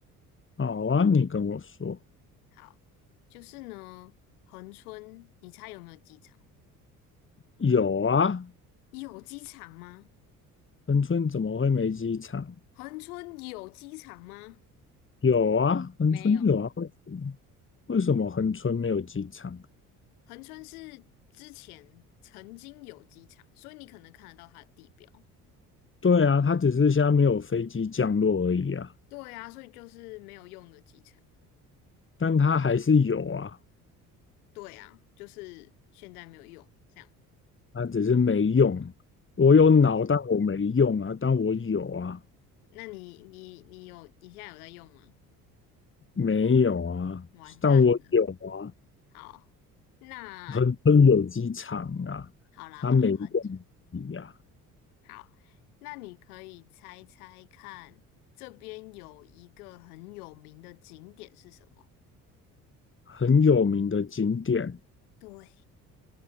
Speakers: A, on the left; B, on the left.
A: 好啊，你跟我说
B: 好，就是呢，恒春，你猜有没有机场？
A: 有啊，
B: 有机场吗？
A: 恒春怎么会没机场？
B: 恒春有机场吗？
A: 有啊，恒春有啊，
B: 没有，
A: 为什么为什么恒春没有机场？
B: 恒春是之前曾经有机场，所以你可能看得到它的地标。
A: 对啊，它只是现在没有飞机降落而已啊，
B: 对啊，所以就是没有用的机场。
A: 但它还是有啊，
B: 对啊，就是现在没有用，这样。
A: 它只是没用。我有脑，
B: 没错，
A: 但我没用啊，但我有啊。
B: 那你你你有你现在有在用吗？
A: 没有啊，
B: 完蛋了。
A: 但我有啊，
B: 好，那
A: 很春有机场啊，
B: 好啦，
A: 它每一个
B: 好啦，很
A: 呀。
B: 好。那你可以猜猜看，这边有一个很有名的景点是什么？
A: 很有名的景点，
B: 对，